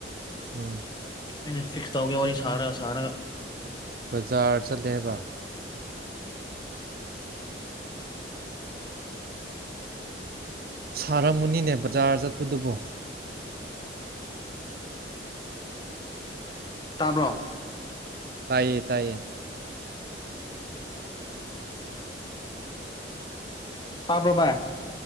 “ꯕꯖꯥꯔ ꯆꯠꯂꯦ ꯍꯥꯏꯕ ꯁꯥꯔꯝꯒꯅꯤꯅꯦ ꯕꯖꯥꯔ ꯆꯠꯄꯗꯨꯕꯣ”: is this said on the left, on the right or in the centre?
Right